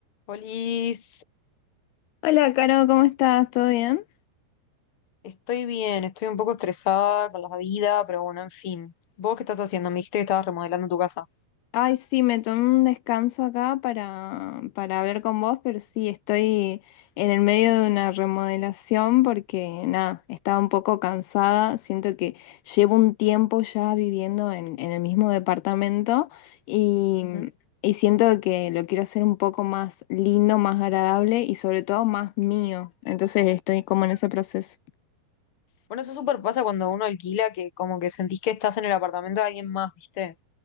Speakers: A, on the left (about 45°); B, on the left (about 80°).
A: Polis,
B: Hola, Caro, ¿cómo estás? ¿Todo bien?
A: estoy bien, estoy un poco estresada con la vida, pero bueno, en fin. ¿Vos qué estás haciendo? Me dijiste que estabas remodelando tu casa.
B: Ay, sí, me tomé un descanso acá para, para hablar con vos, pero sí, estoy en el medio de una remodelación porque, nada, estaba un poco cansada. Siento que llevo un tiempo ya viviendo en, en el mismo departamento y,
A: Ujú.
B: y siento que lo quiero hacer un poco más lindo, más agradable y sobre todo más mío. Entonces estoy como en ese proceso.
A: Bueno, eso súper pasa cuando uno alquila, que como que sentís que estás en el apartamento de alguien más, ¿viste?